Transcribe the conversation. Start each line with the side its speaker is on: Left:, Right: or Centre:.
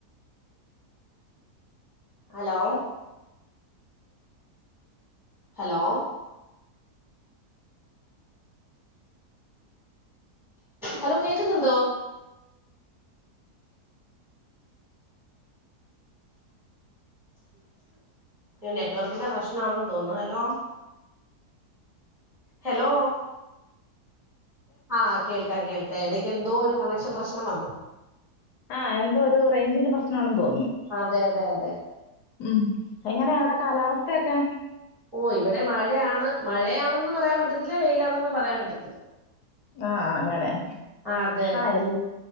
Centre: ഹലോ ഹലോ ഹലോ കേക്കുന്നുണ്ടോ? നെറ്റ്‌വർക്കിന്റെ പ്രശ്നം ആണെന്ന് തോന്നുന്നു ഹെലോ ആഹ് കേൾക്കാം കേൾക്കാം എടക്ക് എന്തോ ഒരു കണക്ഷൻ പ്രശ്നം വന്നു
Left: ആഹ് എന്തോ ഒരു റേയ്ഞ്ചിന്റെ പ്രശ്നമാണെന്ന് തോന്നുന്നു
Centre: അതെ അതെ അതെ
Left: ഉം എങ്ങനെയാ അവിടെ കാലാവസ്ഥയൊക്കെ
Centre: ഓഹ് ഇവിടെ മഴയാണ് മഴയാണെന്ന് പറയാൻ പറ്റത്തില്ല വെയിലാണെന്നും പറയാൻ പറ്റത്തില്ല
Left: ആഹ് അങ്ങനെ
Centre: ആ, അതെ
Left: ആഹ് എ